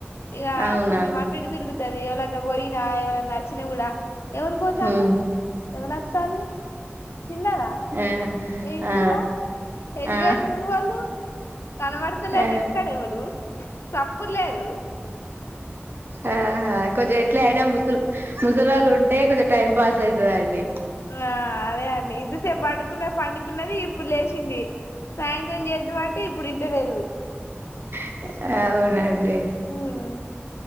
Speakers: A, on the left; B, on the right.
A: ఇక
B: అవునా
A: కొంచెం అటూ ఇటు తిరుగతాది ఎవరన్నా పోయిన ఎవరేనా వచ్చిన కుడా ఎవరు పోతళ్ళు
B: హ్మ్.
A: ఎవరుతళ్ళు తిన్నారా
B: ఆ
A: ఏంకూరా
B: ఆ
A: ఎటుపోయినారు
B: ఆ
A: మీరు వాళ్ళు తలబడతలేరు
B: ఆ
A: ఇంటికాడ ఎవరు సప్పుడూ లేదు
B: ఆహ కొంచెం ఎట్లా అయినా ముస ముసలి వాళ్ళు ఉంటే కొంచెం టైం పాస్ అవుతుందండి
A: ఆ అదే అండి ఇంతసేపు పండుకున్నది పండుకున్నది ఇప్పుడు లేచింది సాయంత్రం చేద్దు అంటే ఇప్పుడు ఇంట లేదు
B: స్ అవునండి
A: ఉమ్